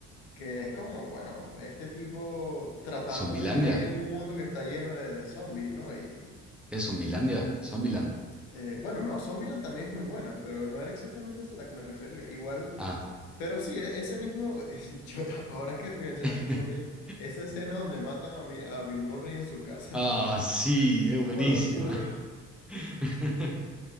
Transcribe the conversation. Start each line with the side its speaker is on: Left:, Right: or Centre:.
Left: que es como, bueno, este tipo tratando
Centre: ¿Zombilandia?
Left: de vivir en un mundo que está lleno de, de zombies, ¿no? Y
Centre: ¿Es Zombilandia? ¿Zombiland?
Left: eh, bueno, no, Zombieland también es muy buena, pero no era exactamente esa a la que me refería. Igual.
Centre: Ah.
Left: Pero sí, e- ese mismo, <laughs> yo- ahora que me mencionaste
Centre: <laughs>
Left: Zombieland, esa escena donde matan a, mi- a Bill Murray en su casa,
Centre: Ah,
Left: <laughs>
Centre: sí, es buenísima.
Left: oro puro.
Centre: <laughs>